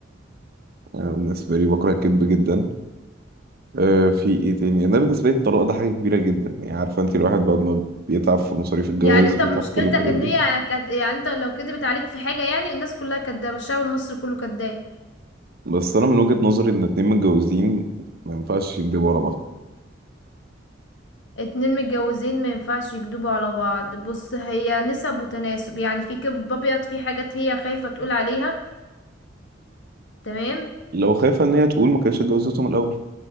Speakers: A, on the right; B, on the left.
A: انا بالنسبة لي بكره الكذب جدا آه، في ايه تاني انا بالنسبه لي الطلاق ده حاجه كبيره جدا يعني عارفه انت الواحد بعد ما بيتعب في مصاريف الجواز
B: يعني انت
A: بيتعب
B: مشكلتك
A: في كل الحاجات
B: ان
A: دي
B: هي كد... يعني انت لو كدبت عليك في حاجة يعني الناس كلها كدابة الشعب المصري كله كداب
A: بس انا من وجهه نظري ان اتنين متجوزين ما ينفعش يندبوا على بعض
B: اتنين متجوزين ما ينفعش يكدبوا على بعض بص هي نسب وتناسب يعني في كذب ابيض في حاجات هي خايفة تقول عليها تمام
A: لو خايفه ان هي تقول ما كانتش اتجوزتهم الاول